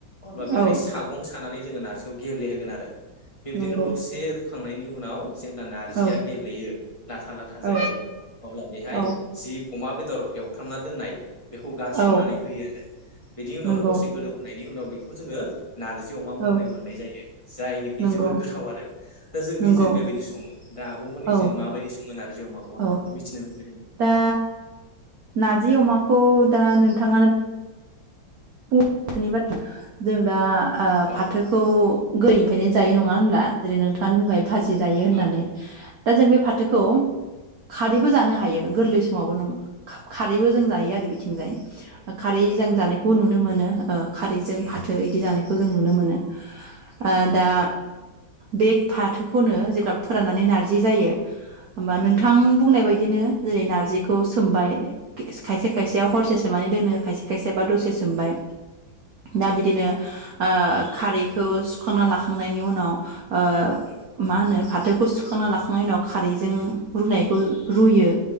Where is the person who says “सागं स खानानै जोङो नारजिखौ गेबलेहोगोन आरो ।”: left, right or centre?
Left